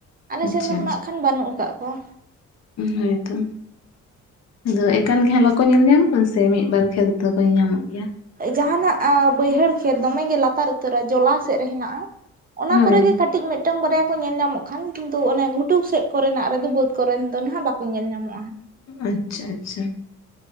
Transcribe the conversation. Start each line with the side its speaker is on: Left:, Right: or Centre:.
Right: ᱟᱞᱮ
Left: ᱟᱪᱪᱷᱟ
Right: ᱥᱮᱱ ᱫᱚ <unintelligible> ᱱᱟᱜ ᱠᱷᱟᱱ ᱵᱟᱹᱱᱩᱜ ᱟᱠᱟᱜ ᱠᱚᱣᱟ᱾
Left: ᱦᱳᱭᱛᱚ ᱟᱫᱚ ᱮᱠᱟᱞ ᱜᱮ ᱦᱟᱸᱜ ᱵᱟᱠᱚ ᱧᱮᱞ ᱧᱟᱢᱟ ᱥᱮ ᱢᱤᱫ ᱵᱟᱨ ᱠᱷᱮᱛᱼᱼ ᱛᱚ ᱠᱚ ᱧᱟᱢᱚᱜ ᱜᱮᱭᱟ?
Right: ᱡᱟᱦᱟᱱᱟᱜ ᱵᱟᱹᱭᱦᱟᱹᱲ ᱠᱷᱮᱛ ᱫᱚᱢᱮ ᱜᱮ ᱞᱟᱛᱟᱨ ᱩᱛᱟᱹᱨᱟ ᱡᱚᱞᱟ ᱥᱮᱫ ᱨᱮ ᱦᱮᱱᱟᱜᱼᱟ᱾ ᱚᱱᱟ
Left: ᱦᱳᱭ
Right: ᱠᱚᱨᱮᱜᱮ ᱠᱟᱹᱴᱤᱡ ᱢᱤᱫᱼᱼ ᱢᱤᱫᱴᱟᱝ ᱵᱟᱨᱭᱟ ᱠᱚ ᱧᱮᱞ ᱧᱟᱢᱚᱜ ᱠᱷᱟᱱ ᱠᱤᱱᱛᱩ ᱚᱱᱮ ᱜᱷᱩᱴᱩ ᱥᱮᱫ ᱠᱚᱨᱮᱱᱟᱜ ᱨᱮᱫᱚ ᱵᱟᱹᱫᱽ ᱠᱚᱨᱮᱱ ᱫᱚ ᱦᱟᱜ ᱵᱟᱠᱚ ᱧᱮᱞ ᱧᱟᱢᱚᱜᱼᱟ᱾
Left: ᱟᱪᱪᱷᱟ, ᱟᱪᱪᱷᱟ